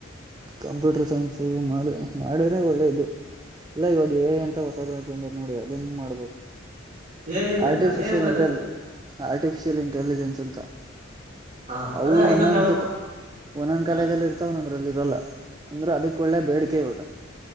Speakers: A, on the right; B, on the right.
A: ಕಂಪ್ಯೂಟರ್ ಸೈನ್ಸ್ ಮಾಡ ಮಾಡ್ಯ್ರೆ ಒಳ್ಳೇದು ಇಲ್ಲ ಇವಾಗ ಎಂತ ಹೊಸದ ಬ್ರಾಂಚ್ ಬಂದ್ಯತ ನೋಡಿ ಅದನ್ನ ಮಾಡ್ಬೋದು
B: A M
A: artificial
B: L A M L
A: ಇಂಟಲಿ artificial intelligence ಅಂತ
B: ಹ
A: ಅವು
B: ಅಲ್ಲ
A: ಒಂದೊಂದ
B: ಇನ್ನೊಂದ ಯಾವ್ದೋ
A: ಒಂದೊಂದ ಕಾಲೇಜ
B: ಹ
A: ಅಲ್ಲಿ ಇರ್ತಾವ ಒಂದೊದ್ರಲ್ಲಿ ಇರಲ್ಲ ಅಂದ್ರ ಅದಕ್ ಒಳ್ಳೆ ಬೇಡಿಕೆ ಇವಾಗ